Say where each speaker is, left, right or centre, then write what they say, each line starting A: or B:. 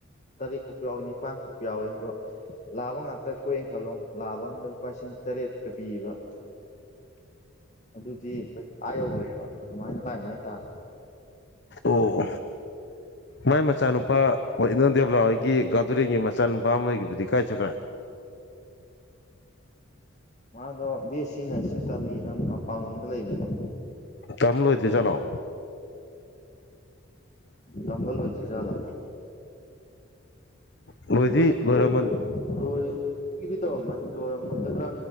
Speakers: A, on the left; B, on the left.
A: ꯇꯔꯦꯠ ꯀꯣꯛꯄ ꯌꯥꯎꯏ ꯅꯤꯄꯥꯟ ꯀꯣꯛꯄ ꯌꯥꯎꯏ ꯑꯗꯣ ꯂꯥꯕ ꯉꯥꯛꯇ ꯀꯣꯛꯑꯦꯅ ꯈꯜꯂꯣ ꯂꯥꯕ ꯑꯝꯗ ꯂꯨꯄꯥꯁꯤꯡ ꯇꯔꯦꯠꯀ ꯄꯤꯕ ꯑꯗꯨꯗꯤ ꯑꯩꯈꯣꯏ ꯑꯥ ꯌꯧꯈ꯭ꯔꯦꯕ ꯑꯗꯨꯃꯥꯏꯅ ꯂꯥꯏ ꯂꯥꯏ ꯇꯥꯅꯤ
B: ꯑꯣ ꯃꯥꯏ ꯃꯆꯥꯅꯨꯄꯥ ꯋꯥ ꯏꯅꯣ ꯗꯦꯕꯂꯥ ꯍꯣꯏꯒꯤ ꯒꯥꯎꯗꯨꯔꯦꯟꯒꯤ ꯃꯆꯥꯅꯨꯄꯥ ꯑꯃꯒꯤꯒꯤꯕꯨꯗꯤ ꯀꯥꯏ ꯆꯠꯈ꯭ꯔꯥ
A: ꯃꯥꯗꯣ ꯗꯤ ꯑꯦꯁ ꯁꯤ ꯅꯔꯁꯤꯡ ꯇꯃꯤꯅ ꯃꯄꯥꯟꯂꯣꯝꯗ ꯂꯩꯕꯅꯦ
B: ꯇꯝ ꯂꯣꯏꯗꯤ ꯆꯠꯂꯣꯑꯣ
A: ꯅꯝꯕ ꯂꯣꯏꯗ꯭ꯔꯤꯖꯥꯗ
B: ꯂꯣꯏꯗꯤ
A: ꯂꯣꯏ
B: ꯂꯣꯏꯔꯝꯃꯟ
A: ꯂꯣꯏꯕ ꯂꯣꯏꯗꯤ ꯇꯧꯔꯝꯃꯅꯤ ꯂꯣꯏꯔꯝꯃꯒꯗ꯭ꯔꯥ